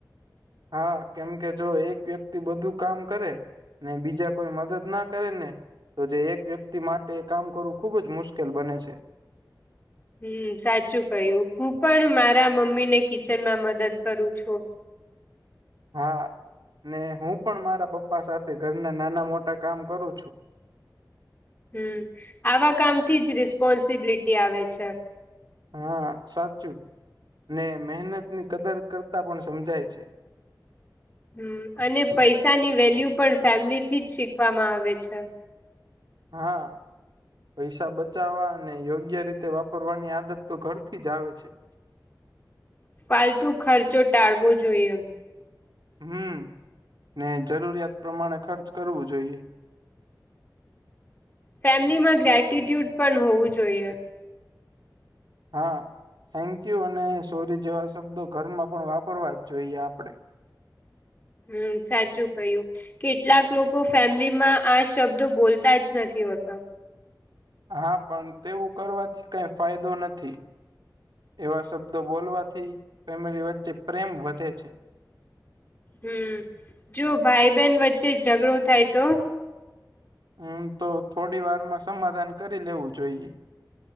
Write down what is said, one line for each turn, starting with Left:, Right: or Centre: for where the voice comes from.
Right: હા કેમકે જો એક વ્યક્તિ બધું કામ કરે ને બીજા કોઈ મદદ ના કરે ને તો જે એક વ્યક્તિ માટે કામ કરવું ખુબ જ મુશ્કેલ બને છે
Left: હમ સાચું કહ્યું હું પણ મારા મમ્મી ને કિચન માં મદદ કરું છું.
Right: હા ને હું પણ મારા પપ્પા સાથે ઘરના નાના મોટા કામ કરું છું.
Left: હમ આવા કામથી જ રિસ્પોન્સિબિલિટી આવે છે.
Right: હા સાચું ને મહેનતની કદર કરતા પણ સમજાય છે.
Left: હમ અને પૈસાની વેલ્યુ પણ ફેમિલીથી જ શીખવામાં આવે છે.
Right: હા. પૈસા બચાવવા અને યોગ્ય રીતે વાપરવાની આદત તો ઘરથી જ આવે છે.
Left: ફાલતુ ખર્ચો ટાળવો જોઈએ
Right: હમ ને જરૂરિયાત પ્રમાણે ખર્ચ કરવું જોઈએ
Left: ફેમિલીમાં ગ્રેટિટ્યુડ પણ હોવું જોઈએ.
Right: હા થેન્ક યુ અને સોરી જેવા શબ્દો ઘરમાં પણ વાપરવા જ જોઈએ આપડે. <inaudible>
Left: હમ સાચું કયું. કેટલાક લોકો ફેમિલીમાં આ શબ્દો બોલતા જ નથી હોતા.
Right: હા પણ તેવું કરવાથી કઈ ફાયદો નથી. એવા શબ્દો બોલવાથી ફેમિલી વચ્ચે પ્રેમ વધે છે.
Left: હમ જો ભાઈ બહેન વચ્ચે ઝઘડો થાય તો
Right: હમ તો થોડી વારમાં સમાધાન કરી લેવું જોઈએ